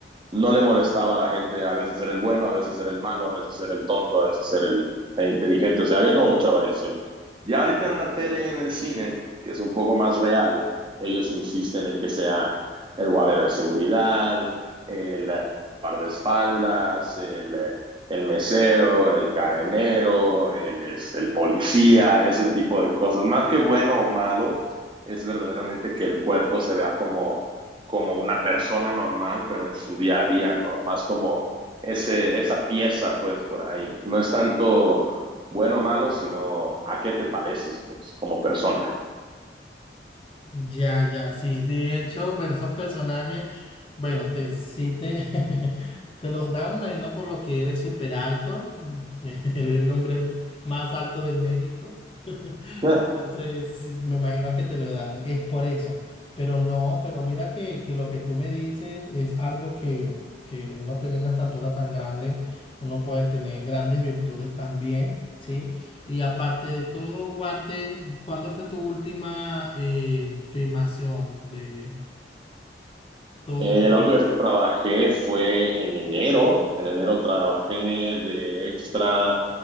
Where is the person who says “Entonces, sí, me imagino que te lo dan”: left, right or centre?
Left